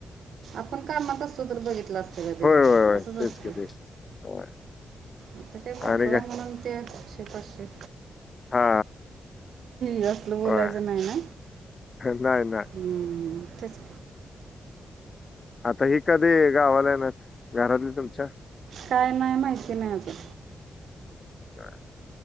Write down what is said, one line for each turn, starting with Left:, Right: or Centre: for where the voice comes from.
Right: आपण कामा आस बघितलं असत का त्याच्यावर
Left: होय होय होय
Right: असंच
Left: तेच
Right: असतय.
Left: की तेच होय.
Right: आता काय मोकळा
Left: आणि काय
Right: म्हणून तेचे पाचशे
Left: हा
Right: जास्त बोलायच
Left: होय
Right: नाही ना.
Left: नाही नाही
Right: हम्म तेच
Left: आता ही कधी गावाला येणार घरातली तुमच्या
Right: काय नाही माहिती नाही आजून
Left: बर